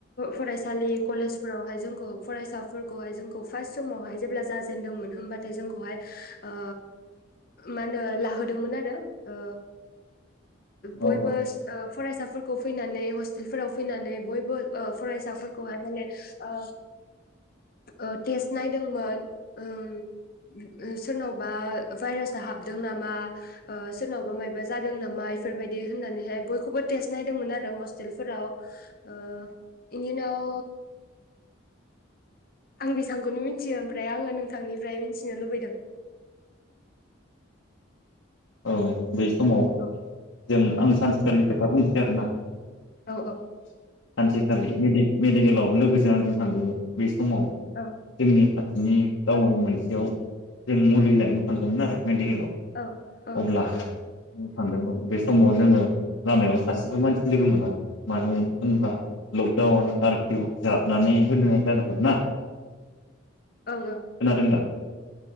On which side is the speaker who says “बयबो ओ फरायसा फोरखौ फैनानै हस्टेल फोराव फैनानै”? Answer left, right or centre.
Left